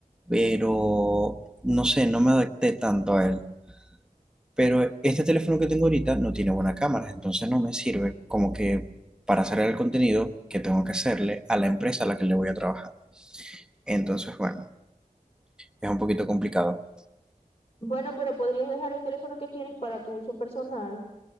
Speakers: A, in the centre; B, on the left.
A: pero no sé, no me adapté tanto a él. Pero este teléfono que tengo ahorita no tiene buena cámara, entonces no me sirve como que para hacer el contenido que tengo que hacerle a la empresa a la que le voy a trabajar. Entonces, bueno, es un poquito complicado.
B: Bueno, pero podrías dejar el teléfono que tienes para tu uso personal